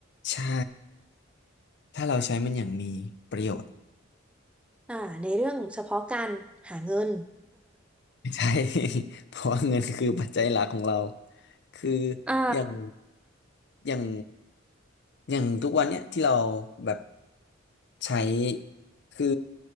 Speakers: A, on the left; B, in the centre.
A: ใช่ถ้าเราใช้มันอย่างมีประโยชน์
B: อ่าในเรื่องเฉพาะการหาเงิน
A: <laughs> ใช่ <laughs> เพราะว่าเงินคือปัจจัยหลักของเราคือ
B: <laughs> อ่า
A: อย่างอย่างอย่างทุกวันเนี้ยที่เราแบบใช้คือ